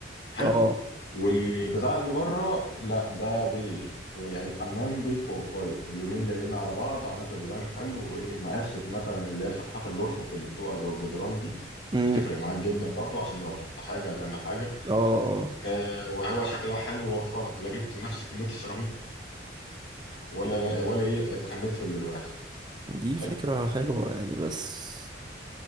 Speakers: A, on the left (about 70°); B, on the right (about 25°).
A: حلو
B: اه
A: والبتاع اللي بره لا ده بيج يعني الحمام بيج في اوف وايت اللونين لايقين على بعض عملت ديزاين حلو وايه مقفف مثلا اللي هي الفتحات الارفف اللي بتبقى جوه الجدران دي
B: امم
A: بتفرق معاك جدا برضو عشان لو هتحط حاجه هتعمل حاجه
B: اه اه
A: آه وهو شكلها حلو ووفرت لا جبت نفس كميه السيراميك ولا ولا ايه اتخميت في الالواح
B: دي
A: حلو
B: فكرة حلوة يعني بس